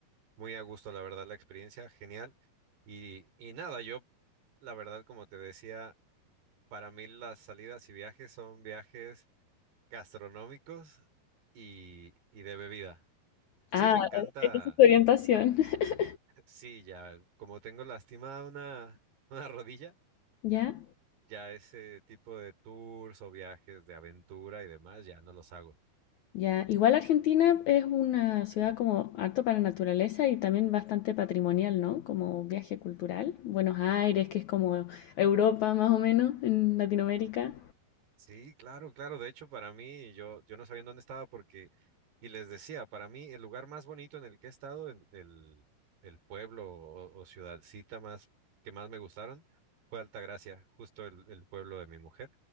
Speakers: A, on the right (about 75°); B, on the left (about 70°).
A: muy a gusto, la verdad, la experiencia, genial. Y, y nada, yo, la verdad, como te decía, para mí las salidas y viajes son viajes gastronómicos y, y de bebida.
B: Ah,
A: Sí, me encanta,
B: e, e, esa es tu orientación. <laughs>
A: sí, ya, como tengo lastimada una, <laughs> una rodilla,
B: ¿Ya?
A: ya ese tipo de tours o viajes de aventura y demás, ya no los hago.
B: Ya, igual Argentina es una ciudad como harto para naturaleza y también bastante patrimonial, ¿no? Como viaje cultural. Buenos Aires, que es como Europa más o menos, en Latinoamérica.
A: Sí, claro, claro. De hecho, para mí, yo, yo no sabía en dónde estaba porque, y les decía, para mí el lugar más bonito en el que he estado, el, el, el pueblo o, o ciudadcita más que más me gustaron, fue Altagracia, justo el, el pueblo de mi mujer,